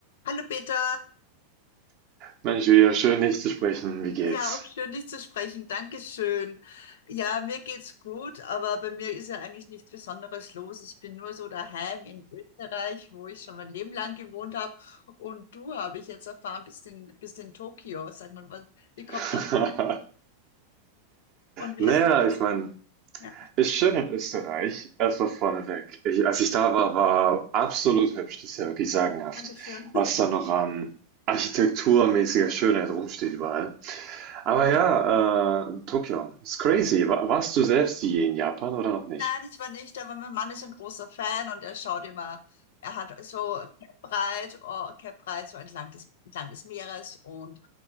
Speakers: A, on the left; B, on the right.
A: Hallo Peter,
B: Mensch, wieder schön, dich zu sprechen. Wie geht's?
A: ja, auch schön dich zu sprechen. Dankeschön. Ja, mir geht's gut, aber bei mir ist ja eigentlich nichts Besonderes los. Ich bin nur so daheim in Österreich, wo ich schon mein Leben lang gewohnt habe. Und du, habe ich jetzt erfahren, bist in, bist in Tokio. Sag mal, was, wie
B: <laughs>
A: kommt das denn? Und wie
B: Naja,
A: ist es dazu?
B: ich meine,
A: Ja,
B: ist schön in Österreich. Erstmal vorneweg. Ich, als ich da war, war absolut hübsch. Das ist ja wirklich sagenhaft,
A: Dankeschön.
B: was da noch an architekturmäßiger Schönheit rumsteht überall. Aber ja,
A: Danke.
B: äh, Tokio ist crazy. Wa- Warst du selbst je in Japan oder noch nicht?
A: Nein, ich war nicht, aber mein Mann ist ein großer Fan und er schaut immer, er hat so Cape Ride, oh, Cape Ride so entlang des, entlang des Meeres und